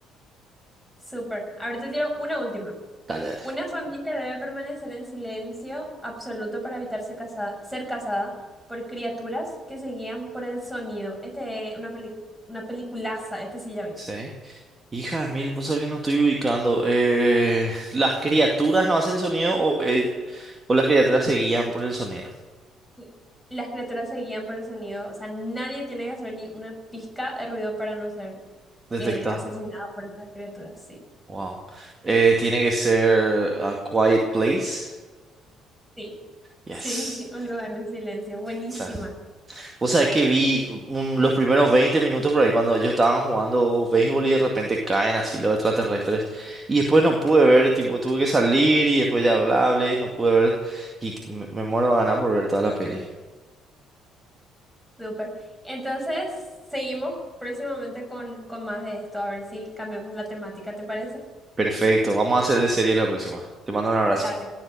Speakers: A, in the centre; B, on the right.
A: súper. Ahora te tiro una última.
B: Dale, dale.
A: Una familia debe permanecer en silencio absoluto para evitar ser casada, ser casada por criaturas que se guían por el sonido. Este es una peli- una peliculaza, este sí ya vi.
B: Sí. Hija de mil, vos sabés que no estoy ubicando. Eh, ¿las criaturas no hacen sonido o, eh, o las criaturas se guían por el sonido?
A: Y las criaturas se guían por el sonido, o sea, nadie tiene que hacer ni una pizca de ruido para no ser
B: Detectado.
A: eh, asesinado por estas criaturas, sí.
B: Wow. Eh, tiene que ser A Quiet Place.
A: Sí,
B: Yes.
A: sí, <laughs> un lugar en silencio, buenísima,
B: O sea, vos sabés que vi un- los primeros 20 minutos por ahí cuando ellos estaban jugando béisbol y de repente caen así los extraterrestres. Y después no pude ver, tipo, tuve que salir y después ya hablé hablé y no pude ver. Y me, me muero de ganas por ver toda la peli.
A: súper. Entonces, seguimos próximamente con, con más de esto, a ver si cambiamos la temática, ¿te parece?
B: Perfecto, vamos a hacer de serie la próxima. Te mando un abrazo.
A: Dale.